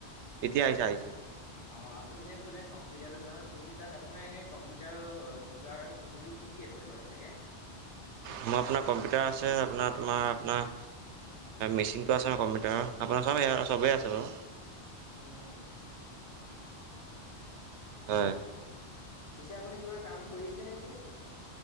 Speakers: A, on the right; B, on the left.
A: এতিয়া আহিছে আহিছে।
B: অ' আপুনি যে কলে কম্পিউটাৰ দোকানৰ চ বুলি তাত আপোনাৰ এনে কম্পিউটাৰৰ অ যোগাৰ সঁজুলি কি কি কি আছে বাৰু চাগে?
A: মোৰ আপোনাৰ কম্পিউটাৰ আছে আপোনাৰ তোমাৰ আপোনাৰ মেচিনটো আছে ন কম্পিউটাৰৰ আপোনাৰ চব সে চবেই আছে বাৰু।
B: উম।
A: হয়।
B: পিছে আপুনি কিবা কাম কৰি আছেনে এতিয়া?